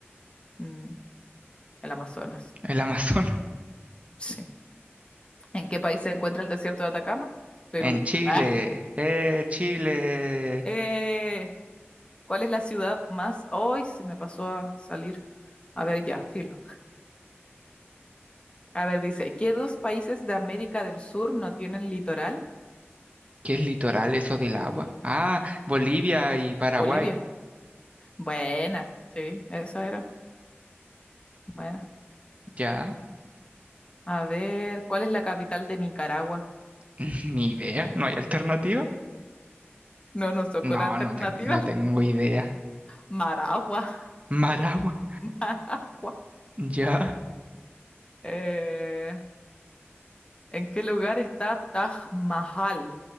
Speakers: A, on the left; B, on the right.
A: Mm, el Amazonas.
B: el Amazonas. <laughs>
A: Sí. ¿En qué país se encuentra el desierto de Atacama? Perú.
B: En Chile,
A: <laughs> Ah.
B: eh, Chile.
A: Eh, ¿cuál es la ciudad más... Hoy se me pasó a salir. A ver, ya, filo. A ver, dice, ¿qué dos países de América del Sur no tienen litoral?
B: ¿Qué es litoral eso del agua? Ah, Bolivia y Paraguay.
A: Bolivia. Buena, sí, esa era. Buena.
B: Ya.
A: A ver, ¿cuál es la capital de Nicaragua?
B: <laughs> Ni idea, ¿no hay alternativa?
A: No, no son
B: No,
A: con alternativas.
B: no, ten- no tengo idea.
A: Maragua,
B: Maragua,
A: <laughs> Maragua.
B: ya.
A: Eh, ¿en qué lugar está Taj Mahal?